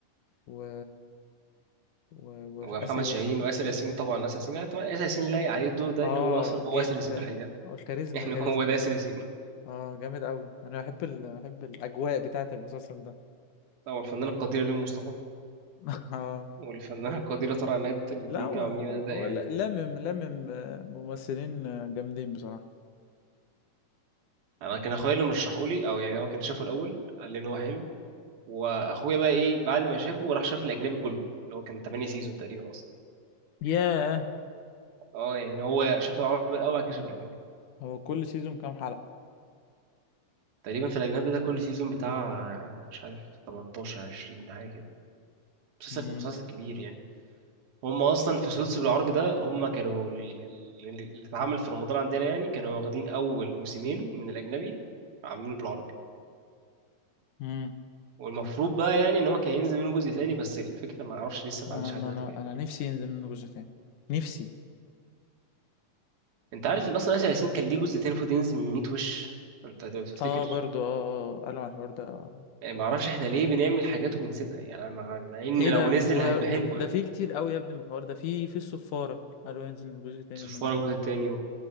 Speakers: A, on the left (about 70°); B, on the right (about 85°).
A: و و- وآسر
B: ومحمد شاهين
A: ياسين
B: واسر ياسين طبعا اسر ياسين يعني طبعا اسر ياسين لايق عليه الدور ده
A: اه
B: اللي هو اصلا
A: جدا
B: هو اسر ياسين في الحقيقه
A: آه، كاريزما
B: <laughs> يعني
A: كاريزما
B: هو ده اسر ياسين
A: اه جامد قوي انا بحب ال... بحب الاجواء بتاعه المسلسل ده
B: طبعا الفنانه القديره ريم مصطفى
A: <laughs> اه
B: والفنانه القديره طارق عماد الاثنين
A: لا هو
B: كانوا عاملين
A: هو
B: اداء
A: هو
B: يعني
A: ل- لمم لمم آه، ممثلين آه، جامدين بصراحة
B: انا كان اخويا اللي مرشحولي او يعني هو كان شافه الاول قال لي ان هو حلو واخويا بقى ايه بعد ما شافه راح شاف الاجنبي كله اللي هو كان 8 سيزون تقريبا اصلا
A: ياه
B: اه يعني هو شاف العربي الاول بعد كده شاف الاجنبي
A: هو كل سيزون كام حلقة
B: تقريبا في الأجنبي ده كل سيزون بتاع مش عارف 18 20 حاجة كده مسلسل
A: امم
B: مسلسل كبير يعني هم أصلا في سوتس بالعربي ده هم كانوا ال- ال- اللي اتعمل في رمضان عندنا يعني كانوا واخدين أول موسمين من الأجنبي عاملينه بالعربي
A: امم
B: والمفروض بقى يعني ان هو كان ينزل منه جزء تاني بس الفكره ما اعرفش لسه ما اتعملش
A: انا ما
B: لحد دلوقتي
A: انا
B: ليه
A: انا نفسي ينزل منه جزء تاني نفسي
B: انت عارف ان اصلا ياسر ياسين كان ليه جزء تاني المفروض ينزل من 100 وش انت لو تفتكر
A: اه برضو اه آه، آه، قالوا على الحوار ده آه.
B: يعني. ما اعرفش احنا ليه بنعمل حاجات وبنسيبها يعني مع مع ان
A: ايه
B: لو
A: ده
B: نزل
A: و...
B: هيبقى حلو
A: و...
B: عادي
A: ده فيه كتير قوي يا ابني من الحوار ده في في الصفارة قالوا ينزل منه جزء تاني
B: تصفوا
A: وما نزلش
B: الجزء التاني